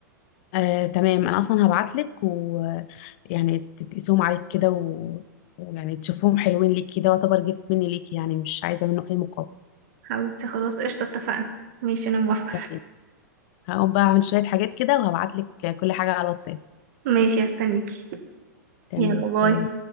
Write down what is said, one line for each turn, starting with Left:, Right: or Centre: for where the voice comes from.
Left: آه، تمام انا اصلا هبعت لك ويعني تقيسهم عليك كده و... ويعني تشوفهم حلوين ليك كده واعتبر جفت مني ليك يعني مش عايزة منه اي مقابل
Right: حبيبتي خلاص قشطة اتفقنا ماشي انا موافقة
Left: تمام هقوم بقى اعمل شوية حاجات كده وهبعت لك كل حاجة على الواتساب
Right: ماشي هستنيكي
Left: تمام
Right: يلا باي
Left: باي